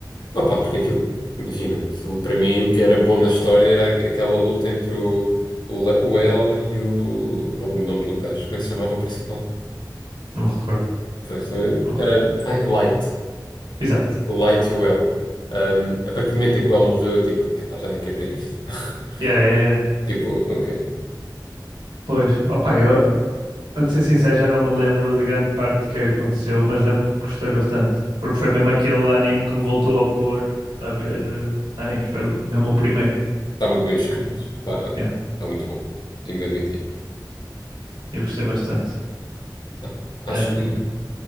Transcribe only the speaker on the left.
Opa, porque aquilo, imagina, aquilo para mim o que era bom na história era aquela luta entre o, o, Le- o L e o. Não lembro o nome do gajo. Como é que se chamava o principal?
Pois, também-
ah,
ai, Light.
O Light e o L. Um, a partir do momento em que o L morreu, eu tipo, "Epá, já nem quero ver isto. <laughs>
Tipo, não quero.
Tipo,
Está muito bem escrito.
Está,
está muito bom. Tenho de admitir.
Ah,
Acho que.